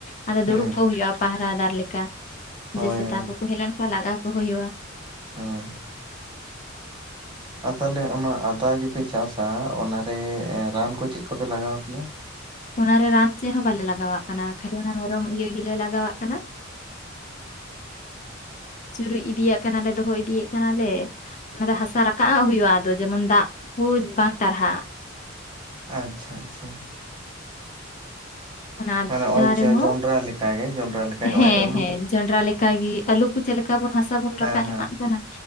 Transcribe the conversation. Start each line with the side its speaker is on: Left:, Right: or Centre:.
Left: ᱟᱫᱚ
Right: ᱦᱩᱸ
Left: ᱫᱩᱲᱩᱵ ᱠᱚ ᱦᱩᱭᱩᱜᱼᱟ ᱯᱟᱦᱟ ᱫᱟᱨ ᱞᱮᱠᱟ
Right: ᱦᱳᱭ
Left: ᱡᱮ ᱥᱮᱛᱟ ᱠᱚᱠᱚ ᱦᱮᱡ ᱞᱮᱱᱠᱷᱟᱱ ᱞᱟᱜᱟᱣ ᱠᱚ ᱦᱩᱭᱩᱜᱼᱟ
Right: ᱦᱮᱸ ᱟ ᱛᱟᱦᱚᱞᱮ ᱚᱱᱟ ᱟᱫᱟ ᱡᱮᱯᱮ ᱪᱟᱥᱟ ᱚᱱᱟᱨᱮ ᱨᱟᱱ ᱠᱚ ᱪᱮᱫ ᱠᱚᱯᱮ ᱞᱟᱜᱟᱣ ᱠᱮᱭᱟ
Left: ᱚᱱᱟᱨᱮ ᱨᱟᱱ ᱪᱮᱫ ᱦᱚᱸ ᱵᱟᱞᱮ ᱞᱟᱜᱟᱣᱟᱜ ᱠᱟᱱᱟ ᱠᱷᱟᱹᱞᱤ ᱚᱱᱟ ᱢᱮᱨᱚᱢ ᱤᱭᱟᱹ ᱜᱮᱞᱮ ᱞᱟᱜᱟᱣᱟᱜ ᱠᱟᱱᱟ ᱪᱩᱨᱩᱡ ᱤᱫᱤᱭᱟᱜ ᱠᱟᱱᱟᱞᱮ ᱫᱚᱦᱚ ᱤᱫᱤᱭᱮᱫ ᱠᱟᱱᱟ ᱚᱱᱟ ᱫᱚ ᱦᱟᱥᱟ ᱨᱟᱠᱟᱵ ᱦᱩᱭᱩᱜᱼᱟ ᱟᱫᱚ ᱡᱮᱢᱚᱱ ᱫᱟᱜ ᱠᱚ ᱵᱟᱝ ᱴᱟᱨᱦᱟᱜ
Right: ᱟᱪᱪᱷᱟ ᱟᱪᱪᱷᱟ᱾
Left: ᱚᱱᱟ
Right: ᱢᱟᱱᱮ ᱱᱚᱜᱼᱚᱭ
Left: <unintelligible> ᱨᱮᱦᱚᱸ
Right: ᱡᱚᱱᱰᱨᱟ ᱞᱮᱠᱟᱜᱮ ᱡᱚᱱᱰᱨᱟ ᱞᱮᱠᱟᱜᱮ ᱱᱚᱜᱼᱚᱭ
Left: ᱦᱮᱸ
Right: ᱟᱹᱞᱩ
Left: ᱦᱮᱸ
Right: ᱠᱚ
Left: ᱡᱚᱱᱰᱨᱟ ᱞᱮ <unintelligible> ᱜᱮ ᱟᱞᱩ ᱠᱚ ᱪᱮᱫ ᱞᱮᱠᱟ ᱵᱚᱱ ᱦᱟᱥᱟ ᱵᱚᱱ
Right: ᱦᱮᱸ
Left: ᱨᱟᱠᱟᱵ ᱧᱚᱜ
Right: ᱦᱮᱸ
Left: ᱠᱟᱱᱟ᱾